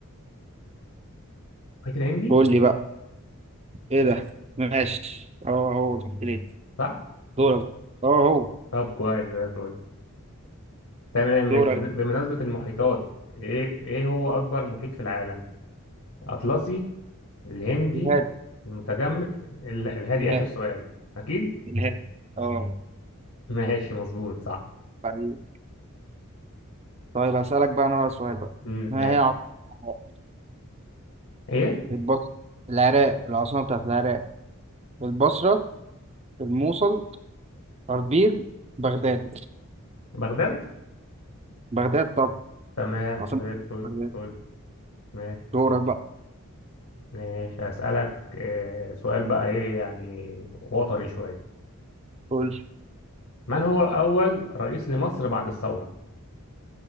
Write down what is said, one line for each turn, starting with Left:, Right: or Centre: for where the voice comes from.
Left: محيط الهندي
Right: قول لي بقى ايه ده ماشي اه هو المحيط الهندي
Left: صح
Right: دورك بقى. اه هو
Left: طب كويس زي الفل تمام ماشي
Right: دورك
Left: بن-
Right: بقى.
Left: بمناسبة المحيطات ايه ايه هو أكبر محيط في العالم أطلسي الهندي
Right: الهادي
Left: المتجمد ال- الهادي
Right: الهادي
Left: آخر سؤال أكيد <laughs>
Right: الهادي اه
Left: ماشي مظبوط صح
Right: طيب طيب هسألك بقى انا بقى سؤال بقى
Left: امم
Right: ما
Left: ماشي
Right: هي عاصمة العراق؟
Left: ايه
Right: البص العراق العاصمة بتاعت العراق البصرة الموصل أربيل بغداد
Left: بغداد
Right: بغداد طبعا
Left: تمام
Right: عاصمة
Left: زي الفل
Right: بغداد
Left: فل ماشي
Right: دورك بقى
Left: ماشي هسألك آه، سؤال بقى ايه يعني وطني شوية
Right: قول لي.
Left: من هو أول رئيس لمصر بعد الثورة؟